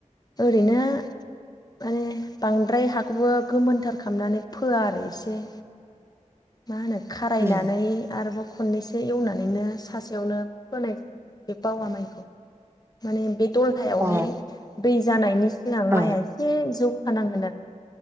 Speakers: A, on the left; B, on the right.
A: ओरैनो माने बांद्राय हाखौबो गोमोनथार खालामनानै फोआ आरो एसे मा होनो खारायनानै
B: उम
A: आरोबाव खननैसो एवनानैनो सा सायावनो फोनाय बे बावा माइखौ माने बे दलहायावहाय
B: औ
A: दै जानायनि सिगां
B: औ उम
A: माइया इसे जौखानांगोन आरो